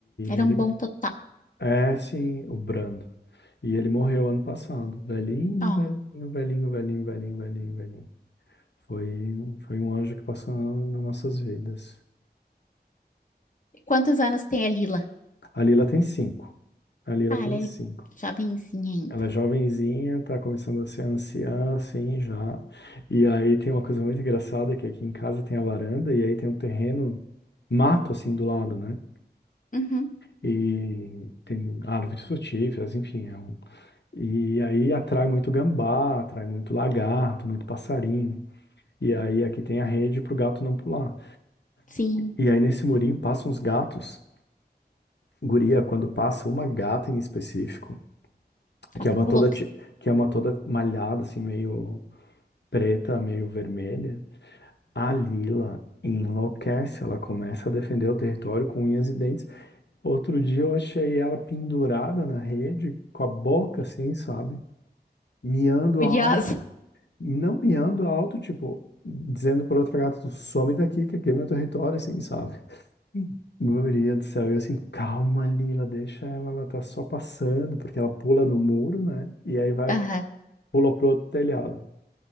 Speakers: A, on the left; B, on the left.
A: Era
B: ele
A: um bom total.
B: é, sim, o Brando. E ele morreu ano passado, velhinho,
A: Ó.
B: velhinho, velhinho, velhinho, velhinho, velhinho, velhinho. Foi, foi um anjo que passou nas nossas vidas.
A: E Quantos anos tem a Lila?
B: A Lila tem cinco. A Lila
A: Ah,
B: tem
A: ela é
B: cinco.
A: jovenzinha ainda.
B: Ela é jovenzinha, tá começando a ser anciã, assim, já. E aí tem uma coisa muito engraçada que aqui em casa tem a varanda e aí tem um terreno, mato, assim, do lado, né?
A: Uhum.
B: E tem árvores frutíferas, enfim. É um... E aí atrai muito gambá, atrai muito lagarto, muito passarinho. E aí aqui tem a rede pro gato não pular.
A: Sim,
B: E aí nesse murinho passam uns gatos. Guria, quando passa uma gata em específico,
A: ela
B: que
A: fica
B: é uma toda,
A: louca,
B: ti- que é uma toda malhada, assim, meio preta, meio vermelha, a Lila enlouquece, ela começa a defender o território com unhas e dentes. Outro dia eu achei ela pendurada na rede, com a boca assim, sabe? Miando
A: furiosa.
B: alto, não miando alto, tipo, dizendo pra outra gata, tu some daqui, que aqui é meu território, assim, sabe? Hum. Guria do céu, e eu assim, calma, Lila, deixa ela, ela tá só passando, porque ela pula no muro, né? E aí vai,
A: Aham.
B: pula pro outro telhado.